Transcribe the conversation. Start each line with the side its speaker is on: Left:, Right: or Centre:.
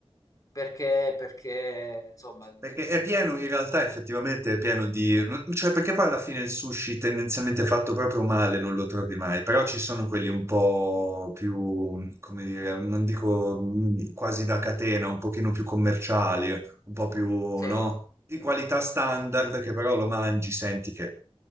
Left: perché, perché, insomma,
Right: Perché è pieno, in realtà effettivamente è pieno di... non- cioè perché poi alla fine il sushi tendenzialmente fatto proprio male non lo trovi mai, però ci sono quelli un po' più, come dire, non dico mm, quasi da catena, un pochino più commerciali, un po' più,
Left: sì.
Right: no? Di qualità standard che però lo mangi, senti che,